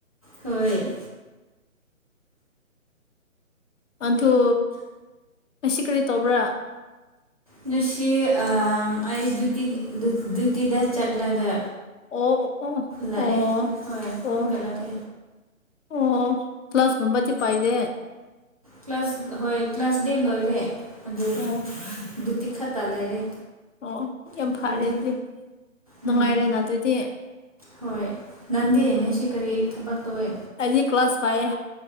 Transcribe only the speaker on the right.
ꯍꯣꯏ <inaudible>
ꯉꯁꯤ ꯑ ꯑꯩ ꯗꯨꯈꯤ ꯗ꯭ꯌꯨꯇꯤꯗ ꯆꯠꯂꯒ
ꯂꯥꯛꯑꯦ
ꯍꯣꯏ
ꯑꯃꯨꯛ ꯀꯠꯂꯛꯀꯦ
ꯀ꯭ꯂꯥꯁ ꯍꯣꯏ ꯀ꯭ꯂꯥꯁ ꯗꯤ ꯂꯣꯏꯔꯦ ꯑꯗꯨ
ꯗꯨꯇꯤ ꯈꯛꯇ ꯂꯩꯔꯦ
ꯑꯩꯈꯣꯏꯗꯤ
ꯎꯝ
ꯍꯣꯏ ꯅꯪꯗꯤ ꯉꯁꯤ ꯀꯔꯤ ꯊꯕꯛ ꯇꯣꯋꯦ